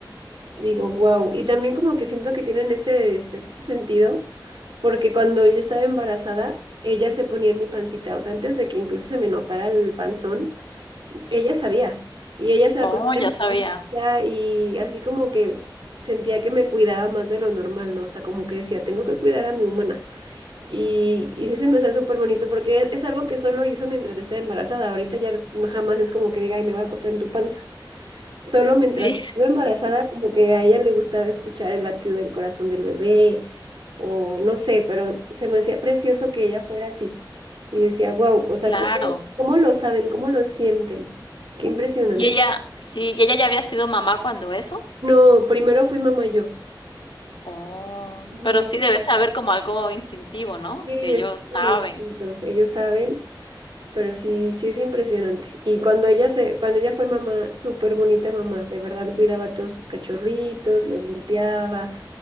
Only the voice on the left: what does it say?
Oh,
ya sabía.
Sí,
claro.
¿Y ella sí, y ella ya había sido mamá cuando eso?
Oh,
pero sí debe saber como algo instintivo, ¿no?
Que ellos
saben,